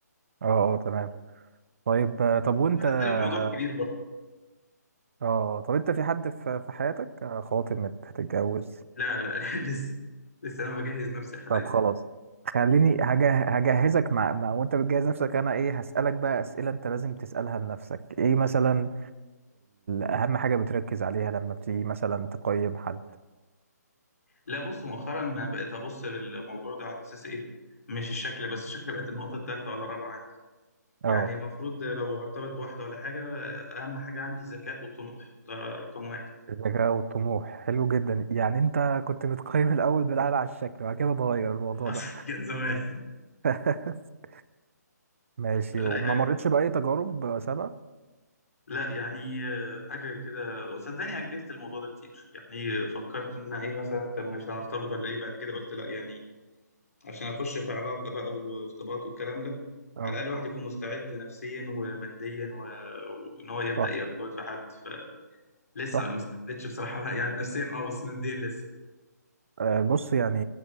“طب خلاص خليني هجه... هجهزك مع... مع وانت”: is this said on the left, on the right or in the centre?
Right